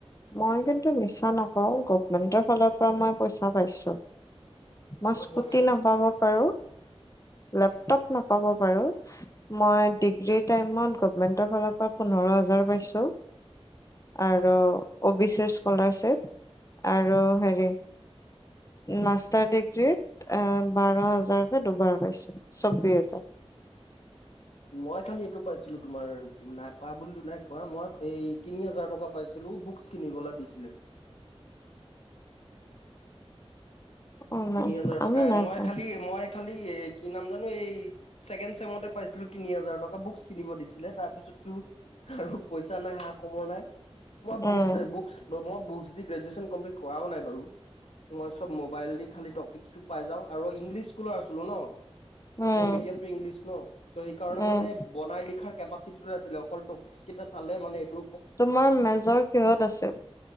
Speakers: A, on the left; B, on the left.
A: মই কিন্তু মিছা নকওঁ গভমেন্টৰ ফালৰ পৰা মই পইচা পাইছোঁ। মই স্কুটি
B: পোৱা নাছিলো
A: নাপাব পাৰো লেপটপ নাপাব পাৰো, মই ডিগ্ৰীৰ টাইমত গভমেন্টৰ ফালৰ পৰা পোন্ধৰ হাজাৰ পাইছো। আৰু অ' বি চি স্কলাৰশ্বিপ। আৰু হেৰি মাষ্টাৰ ডিগ্ৰীত বাৰ হাজাৰকৈ দুবাৰ পাইছো চৌবিশ হাজাৰ।
B: মই খালি এইটো পাইছিলো, তোমাৰ নাইপা বুলি নাই কোৱা মই এই তিনি হাজাৰ টকা পাইছিলো বুকচ কিনিবলৈ দিছিলে।
A: অ'
B: তিনি
A: নাই
B: হাজাৰ
A: আমি
B: টকা
A: নাই
B: মই
A: পোৱা
B: খালি মই খালি এই কি নাম জানো এই ছেকেণ্ড ছেমতে পাইছিলো তিনি হাজাৰ টকা বুক কিনিব দিছিলে, তাৰপিছত আৰু পইচা নাই অহা খবৰ নাই। ম
A: উম
B: বুকছ-বুকছ ম-বুকছ দি গ্ৰেজুৱেছ ন কমপ্লিট কৰাও নাই বাৰু, মই চব মোবাইল দি খালি টপিক টো পাই যাওঁ, আৰু ইংলিছ স্কুলৰ আছিলো ন।
A: উম
B: মোৰ মিডিয়ামটো ইংলিছ ন, ত সেইকাৰণে
A: উম
B: মানে বনাই লি লিখাৰ কেপাচিটিটো আছিলে, অকল টপিকছ কেইটা চাল মানে এইটো
A: তোমাৰ মেজৰ কিহত আছিল?